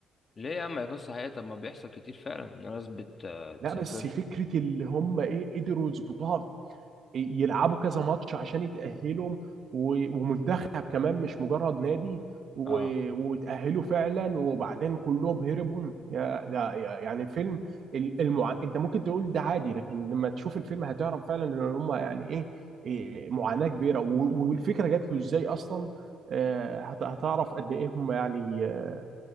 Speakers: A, on the left; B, on the right.
A: ليه يا عم هي قصة حقيقية طب ما بيحصل كتير فعلا إن ناس بتسافر
B: لا بس فكره اللي هم ايه قدروا يظبطوها يلعبوا كذا ماتش عشان يتأهلوا و- ومنتخب كمان مش مجرد نادي و-
A: آه
B: وتأهلوا فعلا وبعدين كلهم هربهم يا ده يا- يعني فيلم ال- المع... انت ممكن تقول ده عادي لكن لما تشوف الفيلم هتعرف فعلا ان هم يعني ايه إيه معاناة كبيرة و- والفكرة جات له ازاي اصلا آه، هت- هتعرف قد ايه هم يعني آه،